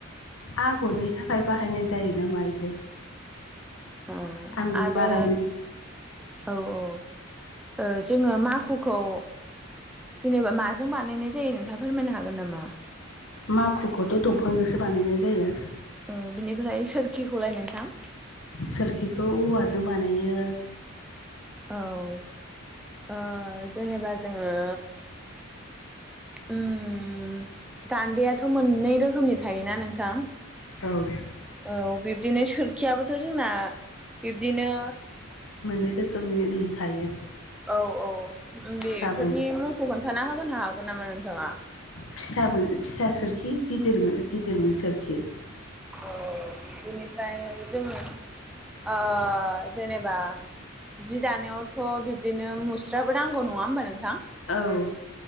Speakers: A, on the left; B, in the centre.
A: आगरनि थाखाय बाहायनाय जायोना मायोथाय
B: ओ
A: आं
B: आरो
A: बारा
B: औ औ ओ जोङो माखुखौ जेनेबा माजों बानायनाय जायो नोंथाङा फोरमायनो हागोन नामा
A: माखुखौथ' दंफांजोंसो बानायनाय जायो
B: औ बिनिफ्राय सोरखिखौलाय नोंथां
A: सोरखिखौ औवाजों बानायो
B: औ ओ जेनेबा जोङो उम गान्दैयाथ' मोननै रोखोमनि थायोना नोंथां
A: औ
B: औ बिब्दिनो सोरखियाबोथ' जोंना बिब्दिनो
A: मोननै रोखोमनि उम थायो
B: औ औ उमबेफोरनि
A: फिसामोन
B: मुंखौ खोन्थाना होगोनो हागोन नामा नोंथाङा
A: फिसा मोन फिसा सोरखि गिदिर मोन गिदिरमोन सोरखि
B: औ बिनिफ्राय जोङो ओ जेनेबा जि दानायावथ' बिब्दिनो मुस्राबो नांगौ नङा होमबा नोंथां
A: औ।